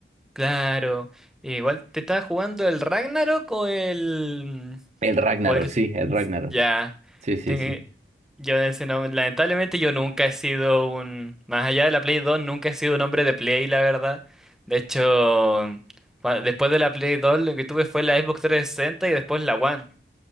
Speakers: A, in the centre; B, on the right (about 40°).
A: Claro. Igual, ¿te estaba jugando el Ragnarok o el...
B: El Ragnarok,
A: o el que...
B: sí, el Ragnarok.
A: Ya.
B: Sí, sí,
A: Ten-
B: sí.
A: Yo ese no... Lamentablemente yo nunca he sido un... Más allá de la Play 2, nunca he sido un hombre de Play, la verdad. De hecho, cua- después de la Play 2 lo que tuve fue la Xbox 360 y después la One.